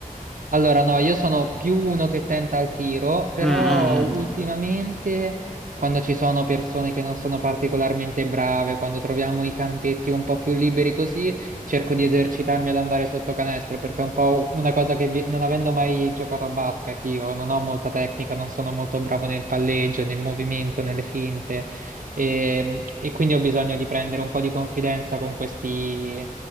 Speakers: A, on the right (about 65°); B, in the centre.
A: Allora, no, io sono più uno che tenta al tiro, però
B: Mm, mm,
A: ultimamente
B: mm.
A: quando ci sono persone che non sono particolarmente brave, quando troviamo i campetti un po' più liberi così, cerco di esercitarmi ad andare sotto canestro, perché è un po' una cosa che vi- non avendo mai giocato a basket, io non ho molta tecnica, non sono molto bravo nel palleggio, nel movimento, nelle finte, e, e quindi ho bisogno di prendere un po' di confidenza con questi